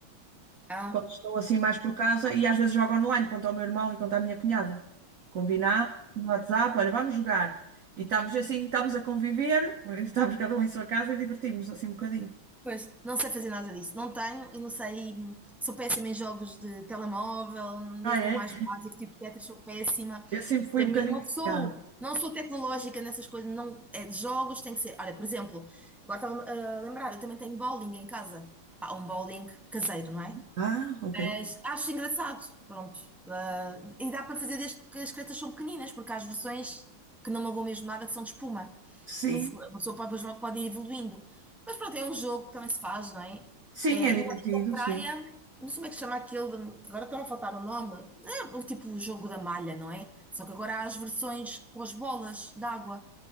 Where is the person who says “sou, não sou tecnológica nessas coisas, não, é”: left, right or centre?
Centre